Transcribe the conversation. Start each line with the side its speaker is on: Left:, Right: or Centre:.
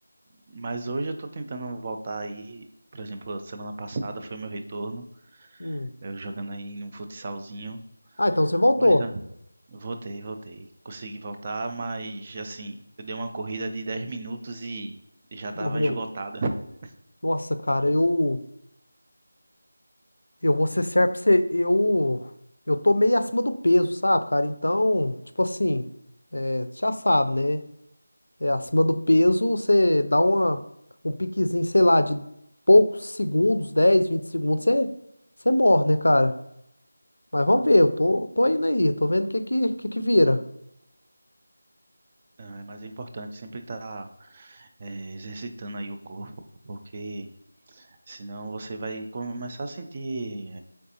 Right: mas hoje eu tô tentando voltar aí, por exemplo, semana passada foi meu retorno,
Left: hum.
Right: eu jogando aí num futsalzinho,
Left: Ah, então você voltou.
Right: mas Voltei, voltei. Consegui voltar, mas assim, eu dei uma corrida de 10 minutos e já estava
Left: Morreu.
Right: esgotada. <laughs>
Left: Nossa, cara, eu. Eu vou ser certo pra você. Eu. Eu tô meio acima do peso, sabe, cara? Então, tipo assim, é, já sabe, né? É, acima do peso, você dá uma, um piquezinho, sei lá, de poucos segundos, 10 20 segundos, você, você morre, né, cara? Mas vamos ver, eu tô, tô indo aí, tô vendo o que que, que que vira.
Right: Ah, Mas é importante sempre estar exercitando aí o corpo, porque senão você vai começar a sentir